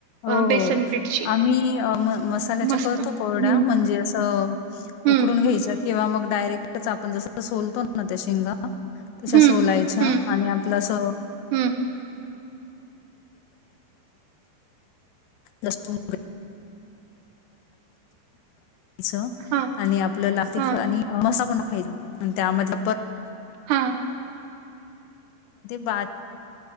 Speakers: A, on the left (about 85°); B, on the right (about 75°).
A: हो
B: अ, बेसन पीठची.
A: आम्ही म मसाल्याच्या
B: मस्त.
A: करतो
B: हं,
A: कोरडा म्हणजे असं
B: हं,
A: उकडून घ्यायच्या किंवा मग डायरेक्ट आपण जस सोलतो ना त्या शिंग तच्या
B: हं,
A: सोलायच्या
B: हं,
A: आणि आपलं अस
B: हं.
A: लसूण च
B: हां,
A: आणि आपलं ला खेळ
B: हां,
A: आणि मसा पण टाकायचा त्यामध्ये
B: हां.
A: ब